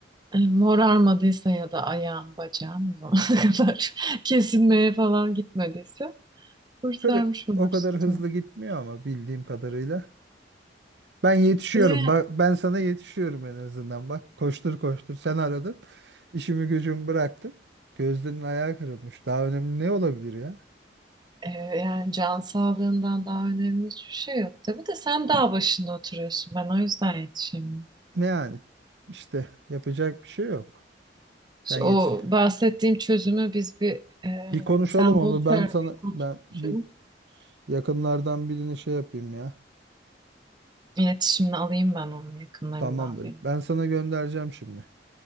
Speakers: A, on the right; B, on the right.
A: e, Morarmadıysa ya da ayağım bacağım o zamana <laughs> kadar kesilmeye falan gitmediyse kurtarmış
B: Kır
A: olursun.
B: o kadar hızlı gitmiyor ama bildiğim kadarıyla. Ben yetişiyorum.
A: Bize
B: Bak ben sana yetişiyorum en azından. Bak koştur koştur sen aradın. İşimi gücümü bıraktım. Gözlerinin ayağı kırılmış. Daha önemli ne olabilir ya?
A: Ee, yani can sağlığından daha önemli hiçbir şey yok. Tabii de sen dağ başında oturuyorsun. Ben o yüzden yetişemiyorum.
B: Ne yani? İşte yapacak bir şey yok.
A: İşte
B: Sen yetiş.
A: o bahsettiğim çözümü biz bir e,
B: Bir
A: hani
B: konuşalım
A: sen
B: onu.
A: bul
B: Ben
A: şöyle bir
B: sana
A: konuşalım.
B: ben bir yakınlardan birini şey yapayım ya.
A: İletişimini alayım ben onun yakınlarından
B: Tamamdır.
A: birini.
B: Ben sana göndereceğim şimdi.